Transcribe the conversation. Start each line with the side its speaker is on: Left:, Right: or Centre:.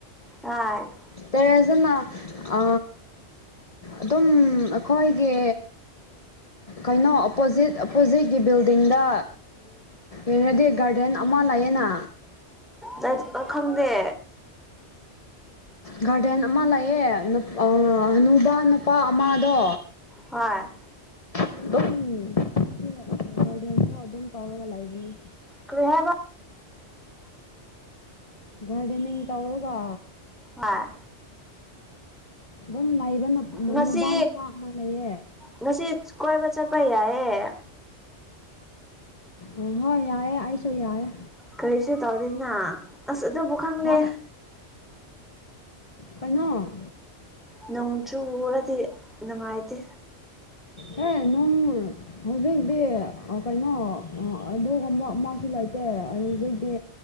Centre: ꯍꯥꯏ
Left: ꯇꯦꯔꯦꯁꯇ ꯅ ꯑ ꯑꯗꯨꯝ ꯑꯩꯈꯣꯏꯒꯤ ꯀꯩꯅꯣ ꯑꯣꯄꯣꯖꯤꯠ ꯑꯣꯞꯄꯣꯖꯤꯠꯀꯤ ꯕꯤꯜꯗꯤꯡꯗ ꯌꯦꯡꯉꯗꯤ ꯒꯥꯔꯗꯦꯟ ꯑꯃ ꯂꯩꯑꯦꯅ
Centre: <unintelligible> ꯑꯥ ꯈꯪꯗꯦ
Left: ꯒꯥꯔꯗꯦꯟ ꯑꯃ ꯂꯩꯌꯦ ꯅꯨꯄꯥ ꯅꯨꯡꯗꯥꯡ ꯅꯨꯄꯥ ꯑꯃꯗꯣ
Centre: ꯍꯣꯏ
Left: ꯑꯗꯨꯝ <unintelligible> ꯒꯥꯔꯗꯦꯟꯗꯣ ꯑꯗꯨꯝ ꯇꯧꯔꯒ ꯂꯩꯥꯛꯕꯅꯦ
Centre: ꯀꯔꯤ ꯍꯥꯏꯕ
Left: ꯒꯥꯔꯗꯦꯟꯅꯤꯡ ꯇꯧꯔꯒ
Centre: ꯍꫭꯏ
Left: ꯑꯗꯨꯝ ꯂꯩꯕ
Centre: ꯉꯁꯤ
Left: ꯅꯨꯄꯥ ꯅꯨꯄꯥ ꯑꯃ ꯂꯩꯌꯦ
Centre: ꯉꯁꯤ ꯀꯣꯏꯕ ꯆꯠꯄ ꯌꯥꯏꯌꯦ
Left: ꯎꯝ ꯍꯣꯏ ꯌꯥꯏꯑꯦ ꯑꯩꯁꯨ ꯌꯥꯏꯑꯦ
Centre: ꯀꯔꯤꯁꯨ ꯇꯧꯗꯦꯅ ꯑꯁ ꯑꯗꯨꯕꯨ ꯈꯪꯗꯦ
Left: ꯍꫭꯏ ꯀꯩꯅꯣ
Centre: ꯅꯣꯡꯆꯨꯔꯗꯤ ꯅꯨꯡꯉꯥꯏꯇꯦ
Left: ꯍꯦ ꯅꯨꯡ ꯍꯧꯖꯤꯛꯇꯤ ꯀꯩꯅꯣ ꯑꯗꯨꯒꯕ ꯑꯃꯁꯨ ꯂꯩꯇꯦ ꯍꯧꯖꯤꯛꯇꯤ